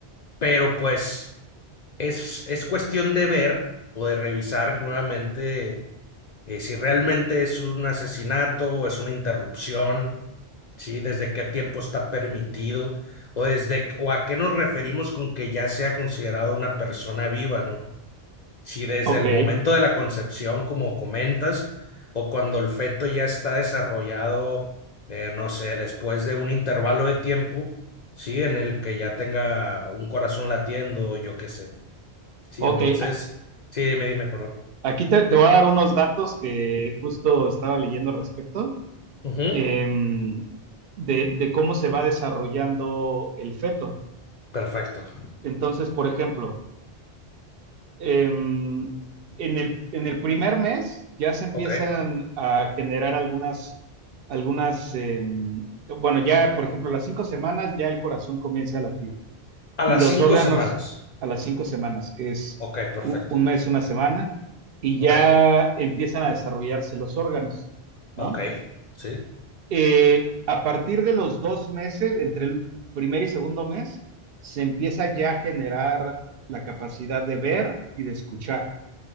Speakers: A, on the left; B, on the right.
A: pero pues es, es cuestión de ver o de revisar nuevamente eh, si realmente es un asesinato, es una interrupción, ¿sí? ¿Desde qué tiempo está permitido? ¿O, desde, o a qué nos referimos con que ya sea considerado una persona viva, ¿no? Si desde
B: Ok,
A: el momento de la concepción, como comentas, o cuando el feto ya está desarrollado, eh, no sé, después de un intervalo de tiempo, ¿sí? En el que ya tenga un corazón latiendo, yo qué sé. Sí,
B: ok.
A: entonces, sí, dime, dime, perdón.
B: Aquí te, te voy a dar unos datos que justo estaba leyendo al respecto,
A: Ujú,
B: em, de, de cómo se va desarrollando el feto.
A: perfecto.
B: Entonces, por ejemplo, em, en el, en el primer mes ya se empiezan
A: Ok.
B: a generar algunas, algunas, em, bueno, ya, por ejemplo, las cinco semanas ya el corazón comienza a latir.
A: A
B: y
A: las
B: los
A: cinco
B: órganos
A: semanas.
B: a las cinco semanas, que es
A: Ok, perfecto.
B: un mes, una semana, y
A: Ok,
B: ya empiezan a desarrollarse los órganos, ¿no?
A: ok. Sí.
B: Eh, a partir de los dos meses, entre el primer y segundo mes, se empieza ya a generar la capacidad de ver y de escuchar.